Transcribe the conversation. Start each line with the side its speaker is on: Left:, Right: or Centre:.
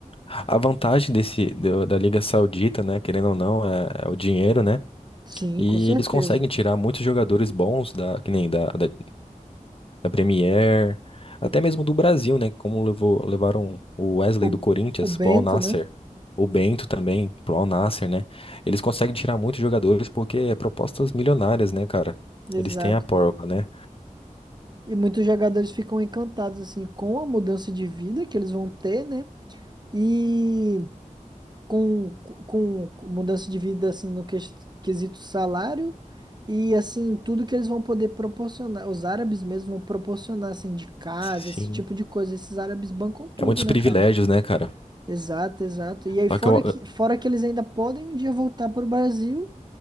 Left: A vantagem desse do- da Liga Saudita, né, querendo ou não, é, é o dinheiro, né?
Right: Sim,
Left: E
Right: com certeza.
Left: eles conseguem tirar muitos jogadores bons da, que nem da, da, da Premier, até mesmo do Brasil, né? Como levou, levaram o Wesley
Right: O,
Left: do Corinthians
Right: o Bento,
Left: pro Al Nassr,
Right: né?
Left: o Bento também pro Al Nassr, né? Eles conseguem tirar muitos jogadores porque é propostas milionárias, né, cara?
Right: Exato.
Left: Eles têm a porra, né?
Right: E muitos jogadores ficam encantados, assim, com a mudança de vida que eles vão ter, né? e com, com mudança de vida assim no ques- quesito salário e assim tudo que eles vão poder proporcionar, os árabes mesmo vão proporcionar assim de casa,
Left: Sim.
Right: esse tipo de coisa, esses árabes bancam tudo,
Left: É muitos privilégios,
Right: né, cara?
Left: né, cara?
Right: Exato, exato. E aí
Left: Só
Right: fora
Left: que eu,
Right: que fora que eles ainda podem um dia voltar pro Brasil